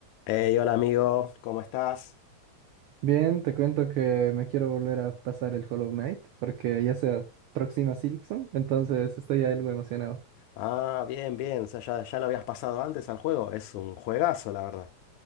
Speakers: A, on the left; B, on the right.
A: Hey, hola amigo, ¿cómo estás?
B: Bien, te cuento que me quiero volver a pasar el Hollow Knight porque ya se aproxima Silksong, entonces estoy algo emocionado.
A: Ah, bien, bien, o sea, ya, ya lo habías pasado antes al juego, es un juegazo, la verdad.